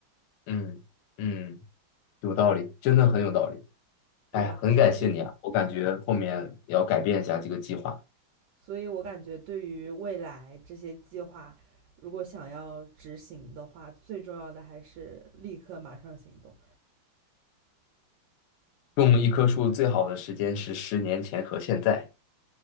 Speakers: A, on the left; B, on the right.
A: 嗯嗯，有道理，真的很有道理。
B: 对吧？
A: 哎，很感谢你啊，
B: 所以，
A: 我感觉后面也要改变一下这个计划。
B: 所以我感觉对于未来这些计划，如果想要执行的话，最重要的还是立刻马上行动。
A: 种一棵树最好的时间是十年前和现在。